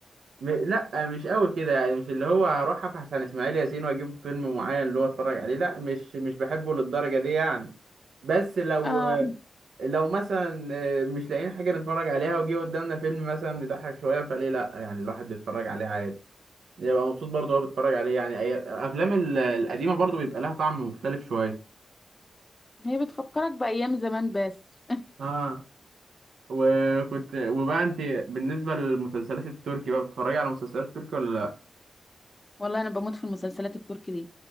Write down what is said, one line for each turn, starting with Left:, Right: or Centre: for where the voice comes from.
Right: م... لا مش قوي كده يعني مش اللي هو هروح ابحث عن اسماعيل ياسين واجيب فيلم معين اللي هو اتفرج عليه لا مش مش بحبه للدرجه دي يعني بس لو
Left: اه
Right: لو مثلا آه، مش لاقيين حاجه نتفرج عليها وجي قدامنا فيلم مثلا بيضحك شويه فليه لا يعني الواحد بيتفرج عليه عادي يبقى مبسوط برضه وهو بيتفرج عليه يعني أي- الافلام ال- القديمه برضه بيبقى لها طعم مختلف شويه
Left: هي بتفكرك بايام زمان بس
Right: اه وكنت وبقى انت بالنسبه للمسلسلات التركي بقى بتتفرجي على مسلسلات تركي ولا لا
Left: والله انا بموت في المسلسلات التركي دي